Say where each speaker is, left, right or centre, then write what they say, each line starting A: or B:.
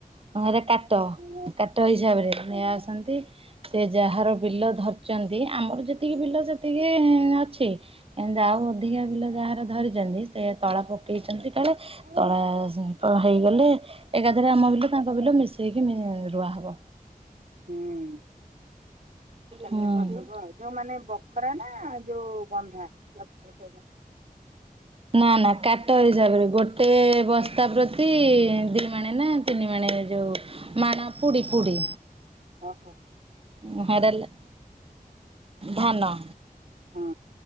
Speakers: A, on the right; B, on the right.
A: ଅଁ ଏରା କାଟ
B: ହୁଁ
A: କାଟ ହିସାବରେ
B: ହୁଁ।
A: ନେଇ ଆସନ୍ତି‌। ସେ ଯାହାର ବିଲ ଧରଚନ୍ତି ଆମର ଯେତିକି ବିଲ ସେତିକି ଅଛି। ଯାଉ ଅଧିକା ବିଲ ଯାହାର ଧରିଚନ୍ତି ସେ ତଳା ପକେଇଚନ୍ତି କାଳେ
B: ହୁଁ
A: ତଳା ହେଇଗଲେ ଏକାଥରେ ଆମ ବିଲ ତାଙ୍କ ବିଲ ମିଶେଇକି ମି ରୁଆହବ।
B: ହୁଁ। ଏକା
A: ହୁଁ
B: ଥରେ କରିଦବ ଆଉ। ଯୋଉ ମାନେ ବଖରା ନାଁ ଯୋଉ ବନ୍ଧା? ଲକ୍ଷେ ସେଇଲା।
A: ନାଁ ନାଁ କାଟ ହିସାବରେ ଗୋଟେ ବସ୍ତା ପ୍ରତି ଦମାଣେ ନାଁ ତିନି ମାଣେ ଯୋଉ ମାଣ ପୁଡି଼ ପୁଡ଼ି।
B: ଅହ।
A: ଉଁ ହେରେଲ ଧାନ।
B: ହଁ।